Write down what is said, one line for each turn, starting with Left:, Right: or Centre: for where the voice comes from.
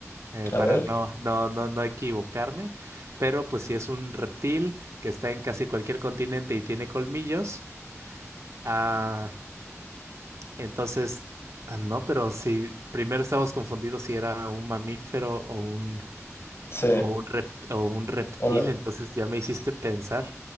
Right: eh,
Left: A
Right: para
Left: ver,
Right: no, no, no, no equivocarme, pero pues si es un reptil que está en casi cualquier continente y tiene colmillos, ah, entonces, ah, no, pero si primero estábamos confundidos si era un mamífero o un...
Left: sí.
Right: O un rept- o un reptil,
Left: O-
Right: entonces ya me hiciste pensar.